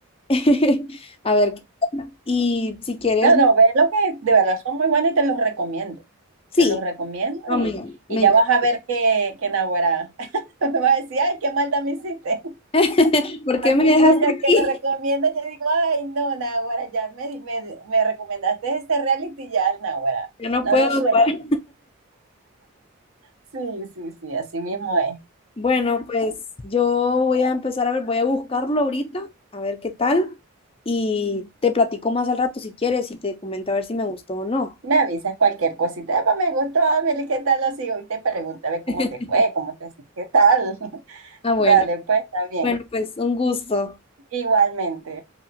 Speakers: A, on the left (about 25°); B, on the right (about 70°).
A: <laughs> A ver, qué tal. y si quieres,
B: No, no, ve lo que de verdad son muy buenas y te los recomiendo.
A: sí,
B: Te los recomiendo
A: no,
B: y,
A: me,
B: y
A: me
B: ya
A: encanta.
B: vas a ver que, que naguará. <laughs> Me vas a decir, ay, qué maldad me hiciste.
A: <laughs> ¿Por qué
B: así
A: me dejaste
B: digo yo, el
A: aquí?
B: que me recomienda, yo digo, ay, no, Nahuara, ya me, me, me recomendaste este reality, ya, Nahuara,
A: <laughs> Yo no
B: no
A: puedo
B: lo suelto.
A: parar.
B: Sí, sí, sí, así mismo es.
A: Bueno, pues yo voy a empezar a ver, voy a buscarlo ahorita, a ver qué tal. Y te platico más al rato si quieres y te comento a ver si me gustó o no.
B: Me avisas cualquier cosita, "Epa, me gustó, Amelie, ¿qué tal lo sigo? Y te pregunto, a ver cómo
A: <laughs>
B: te fue, cómo te, qué tal. <laughs>
A: Ah, bueno.
B: Dale, pues, está bien.
A: Bueno, pues un gusto.
B: Igualmente,